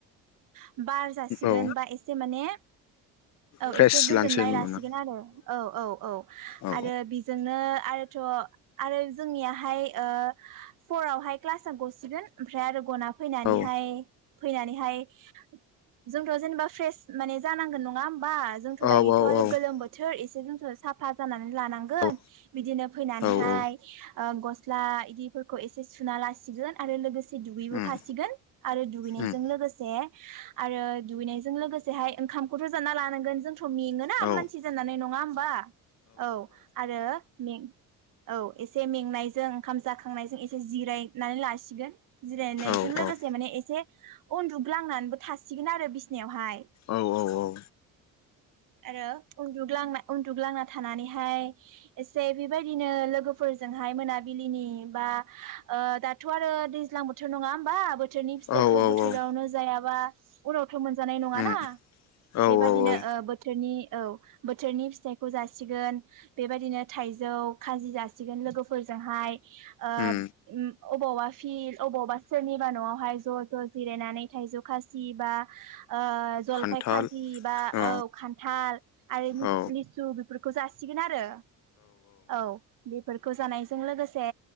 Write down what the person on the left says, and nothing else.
औ
फ्रेस
लानोसै होनबाना
औ
औ
औ
औ
औ
औ औ
उम
उम
औ
औ
औ
औ औ औ
औ
औ
उम
औ
औ
उम
खान्थाल
अ
औ